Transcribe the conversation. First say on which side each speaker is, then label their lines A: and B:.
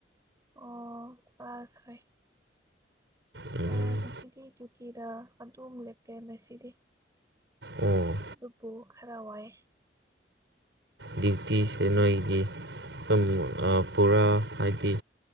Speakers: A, on the right (about 20°); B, on the right (about 85°).
A: ꯑꯣ ꯀ꯭ꯂꯥꯁ ꯍꯣꯏ
B: ꯎꯝ
A: ꯑꯥ ꯉꯁꯤꯗꯤ ꯇꯣꯇꯤ ꯗꯌꯇꯤꯗ ꯑꯗꯨꯝ ꯂꯦꯞꯄꯦ ꯉꯁꯤꯗꯤ
B: ꯑꯣ
A: ꯑꯗꯨꯕꯨ ꯈꯔ ꯋꯥꯏ
B: ꯗ꯭ꯌꯨꯇꯤꯁꯦ ꯅꯣꯏꯒꯤ ꯄꯨꯡ ꯄꯨꯔꯥ ꯍꯥꯏꯗꯤ